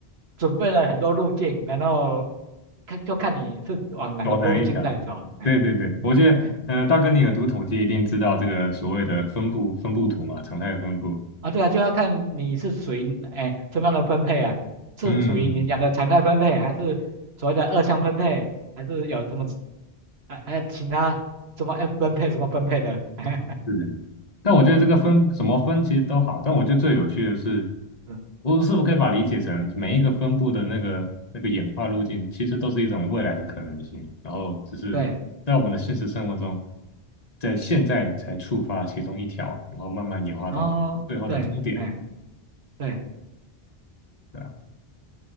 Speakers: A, on the right; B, on the left.
A: 准备了很多路径，然后看就看你是往哪个路径在走，
B: 高难一条。
A: 哎
B: 对对对，我觉得，
A: 哎
B: 嗯，大哥，你有读统计，一定知道这个所谓的分布分布图嘛，常态分布。
A: 啊，对啊，就要看你是属于哎怎么样的分配啊，是属于你讲的常态分配，
B: 嗯，
A: 还是所谓的二项分配，还是有什么，还还有其他什么 F 分配什么分配的？<laughs>
B: 是的，但我觉得这个分什么分其实都好，但我觉得最有趣的是，
A: 嗯
B: 我是否可以把理解成每一个分布的那个那个演化路径，其实都是一种未来的可能性，然后只是在我们的现实生活中，
A: 对，
B: 在现在才触发其中一条，然后慢慢演化到最后的终点，
A: 哦，对，哎，对，
B: 对吧？